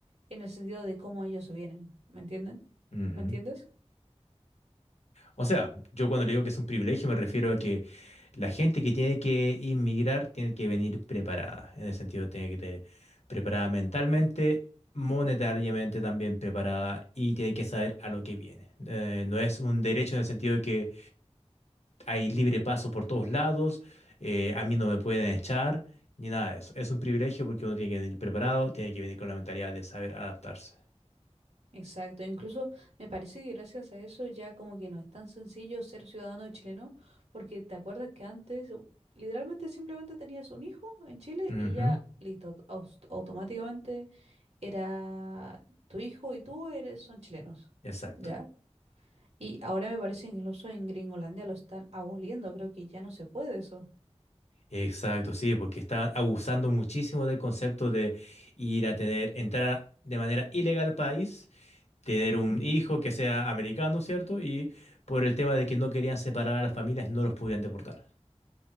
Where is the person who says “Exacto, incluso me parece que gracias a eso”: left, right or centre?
Right